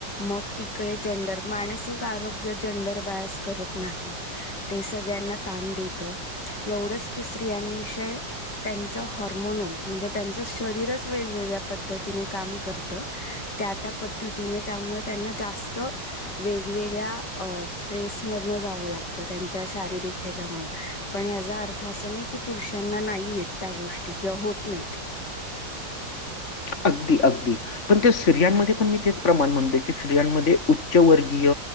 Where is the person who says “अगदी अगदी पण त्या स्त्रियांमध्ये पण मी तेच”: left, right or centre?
Left